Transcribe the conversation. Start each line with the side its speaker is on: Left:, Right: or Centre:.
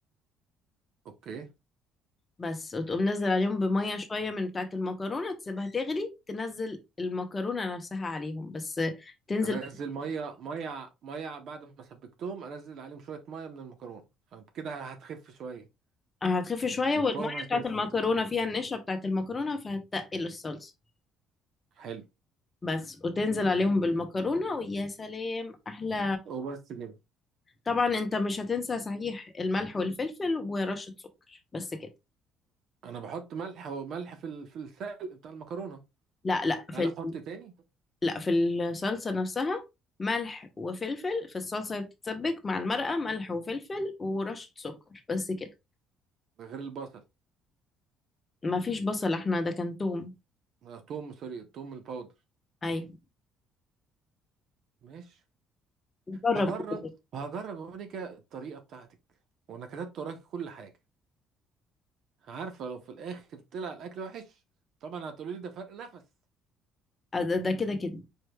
Right: اوكي
Left: بس وتقوم نزل عليهم بمية شوية من بتاعة المكرونة تسيبها تغلي تنزل المكرونة نفسها عليهم بس تنزل
Right: انزل ميه ميه ميه بعد ما سبكتهم انزل عليهم شويه ميه من المكرونه كده هتخف شويه
Left: هتخف شوية
Right: القوام
Left: والمية
Right: هيخف
Left: بتاعة المكرونة فيها النشا بتاعة المكرونة فهتتقل الصلصة
Right: حلو
Left: بس وتنزل عليهم بالمكرونة ويا سلام أحلى
Right: وبس كده
Left: طبعا أنت مش هتنسى صحيح الملح والفلفل ورشة سكر بس كده
Right: انا بحط ملح وملح في ال- في السلق بتاع المكرونه
Left: لا لا في
Right: هل
Left: ال-
Right: احط تاني
Left: لا في الصلصة نفسها ملح وفلفل في الصلصة اللي بتتسبك مع المرقة ملح وفلفل ورشة سكر بس كده
Right: غير البصل
Left: ما فيش بصل احنا ده كان توم
Right: آه، توم سوري التوم الباودر
Left: ايوه
Right: ماشي
Left: جرب
Right: هجرب
Left: كده كده
Right: هجرب يا مونيكا الطريقه بتاعتك وانا كتبت وراكي كل حاجه عارفه لو في الاخر طلع الاكل وحش طبعا هتقولي لي ده فرق نفس
Left: آه، ده ده كده كده